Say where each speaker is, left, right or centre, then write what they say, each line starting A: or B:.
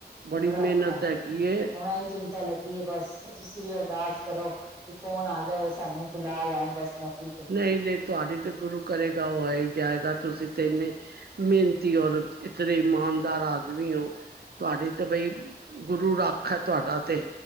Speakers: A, on the right; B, on the right.
A: ਬੜੀ
B: ਬੜਾ
A: ਮਿਹਨਤ
B: ਔਖਾ ਐ
A: ਹੈਗੀ ਏ
B: ਹੁਣ ਐ ਈ ਚਿੰਤਾ ਲੱਗੀ ਐ ਬਸ ਤੁਸੀਂ ਵੀ ਅਰਦਾਸ ਕਰੋ ਕਿ ਫੋਨ ਆ ਜਾਵੇ ਸਾਨੂੰ ਬੁਲਾ ਲੈਣ ਬਸ ਨੌਕਰੀ ਤੇ
A: ਨਈ ਨਈ ਤੁਆਡੀ ਤੇ ਗੁਰੂ ਕਰੇਗਾ ਓ ਆ ਈ ਜਾਏਗਾ ਤੁਸੀਂ ਤੇ ਏਨੇ ਮੇਨਤੀ ਔਰ ਇਤਨੇ ਇਮਾਨਦਾਰ ਆਦਮੀ ਓ ਤੁਹਾਡੀ ਤੇ ਬਈ ਗੁਰੂ ਰੱਖ ਐ ਤੁਆਡਾ ਤੇ